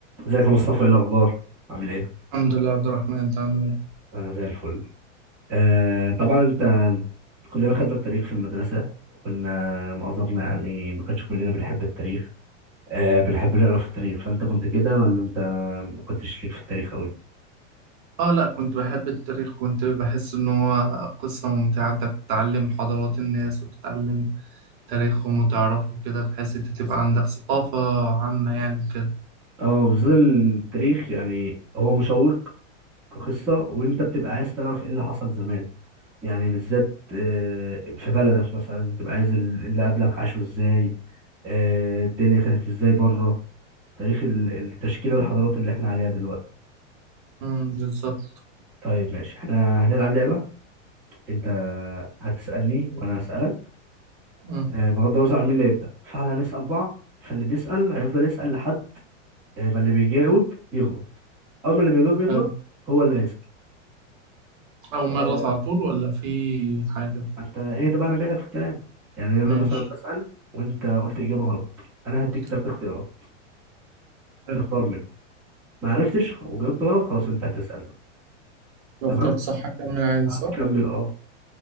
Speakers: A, in the centre; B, on the right (about 45°).
A: ازيك يا مصطفى ايه الاخبار عامل ايه
B: الحمد لله عبد الرحمن انت عامل ايه؟
A: انا زي الفل آه طبعا انت كلنا خدنا التاريخ في المدرسه وكنا معظمنا يعني ما كانش كلنا بنحب التاريخ آه بنحب نقرا في التاريخ فانت كنت كده ولا انت ما كنتش ليك في التاريخ قوي
B: اه لا كنت بحب التاريخ كنت بحس ان هو قصة ممتعة انت بتتعلم حضارات الناس وبتتعلم تاريخهم وتعرفه كده بحيث انت تبقى عندك ثقافة عامة يعني وكده
A: اه بالذات التاريخ يعني هو مشوق كقصه وانت بتبقى عايز تعرف ايه اللي حصل زمان يعني بالذات آه في بلدك مثلا تبقى عايز اللي قبلك عاشوا ازاي آه الدنيا كانت ازاي بره تاريخ ال- التشكيلة الحضارات اللي احنا عليها دلوقتي
B: امم بالظبط
A: طيب ماشي احنا هنلعب لعبة انت هتسألني وانا هسألك
B: امم
A: آه، بغض النظر عن مين اللي يبدأ فاحنا هنسأل بعض فاللي بيسأل هيفضل يسأل لحد آه، ما اللي بيجاوب يغلط اول ما اللي بيجاوب يغلط
B: حلو
A: هو اللي هيسأل
B: اول ما
A: آه،
B: يغلط على طول ولا في حاجة؟
A: انت ايه ده بقى انا جايلك في الكلام يعني انا
B: ماشي
A: مثلا بسأل وانت قلت إجابة غلط انا هديك ثلاث
B: طب
A: اختيارات
B: حلو
A: تختار منهم ما عرفتش وجاوبت غلط خلاص انت هتسأل بقى
B: لو
A: تمام
B: اخترت صح هكمل عادي
A: هتكمل
B: صح؟
A: اه